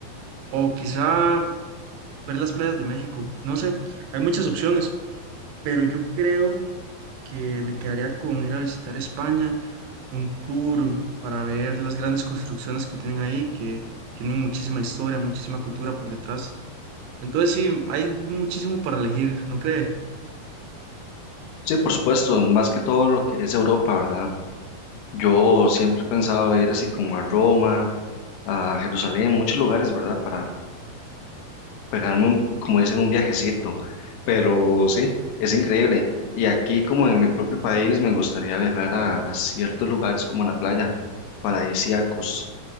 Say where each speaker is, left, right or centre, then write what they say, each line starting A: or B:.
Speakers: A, on the right (about 85°); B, on the left (about 80°).
A: o quizá ver las playas de México. No sé, hay muchas opciones, pero yo creo que me quedaría con ir a visitar España, un tour para ver las grandes construcciones que tienen ahí, que tienen muchísima historia, muchísima cultura por detrás. Entonces sí, hay muchísimo para elegir, ¿no cree?
B: Sí, por supuesto, más que todo lo que es Europa, ¿verdad? Yo siempre he pensado ir así como a Roma, a Jerusalén, muchos lugares, ¿verdad? para pegarme un, como dicen, un viajecito. Pero sí, es increíble. Y aquí, como en mi propio país, me gustaría viajar a, a ciertos lugares como la playa, paradisíacos.